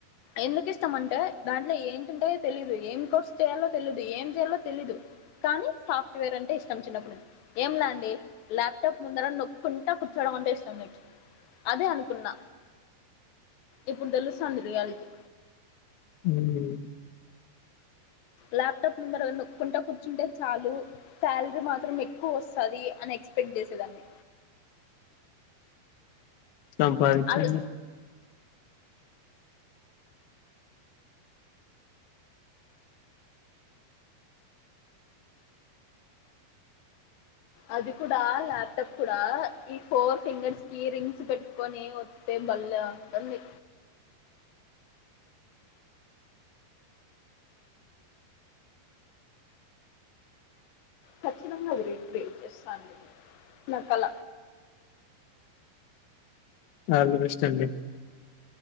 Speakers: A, on the left; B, on the left.
A: ఎందుకిష్టమంటే దాంట్లో ఏంటుంటయో తెలీదు ఏం కోర్స్ చేయాలో తెలీదు ఏం జేయాలో తెలీదు కానీ సాఫ్ట్వేర్ అంటే ఇష్టం చిన్నప్పును ఏం లా అండి ల్యాప్టాప్ ముందర నొక్కుంటా కుచ్లోడం అంటే ఇష్టం నాకి అదే అనుకున్నా ఇప్పుడు దెలుస్తాంది రియాల్టీ
B: <unintelligible>
A: ల్యాప్టాప్ ముందర నొక్కుంటా కూర్చుంటే చాలు శాల్రీ మాత్రం ఎక్కువొస్తది అని ఎక్స్పెక్ట్ జేసేదాన్ని
B: సంపాదించ్చండి
A: అల్ అది కూడా ల్యాప్టాప్ కూడా ఈ ఫోర్ ఫింగర్స్ కి రింగ్స్ పెట్కొని వొ తే బల్లే ఉంటుంది ఖచ్చితంగా అది రీక్రియేట్ చేస్తాను నా కళ
B: ఆల్ ది బెష్టండి